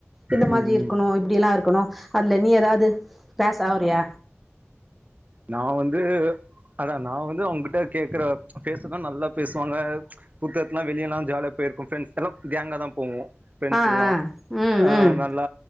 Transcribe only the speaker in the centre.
இந்த
மாதிரி இருக்கணு
னு இப்டில்லா இருக்கணு அதுல நீ எதாவது பேசாவுறியா
ஆ ஆ ம்
ம்